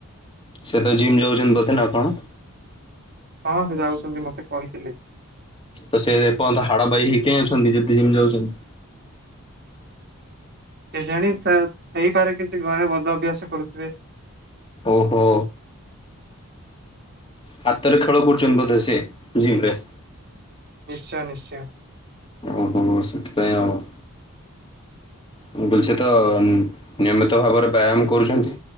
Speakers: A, on the left; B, on the right.
A: ସେ ତ ଜିମ୍ ଯାଉଛନ୍ତି ବୋଧେ ନା କଣ?
B: ହଁ ସେ ଯାଉଛନ୍ତି ମତେ କହିଥିଲେ।
A: ତ ସେ ଏପର୍ଯ୍ୟନ୍ତ ହାଡ ବାଇ ହେଇ କାଇଁ ଅଛନ୍ତି ଯଦି ଜିମ୍ ଯାଉଛନ୍ତି?
B: କେଜାଣି ହେଇପାରେ କିଛି ଘରେ ବଦ ଅଭ୍ୟାସ କରୁଥିବେ।
A: ଓହୋ। ହାତରେ ଖେଳ କରୁଛନ୍ତି ବୋଧେ ସିଏ ଜିମ୍ ରେ?
B: ନିଶ୍ଚୟ ନିଶ୍ଚୟ।
A: ଓହୋ ସେଥିପାଇଁ ଆଉ। ମୁଁ କହିଲି ସେ ତ ନିୟମିତ ଭାବରେ ବ୍ୟାୟାମ କରୁଛନ୍ତି।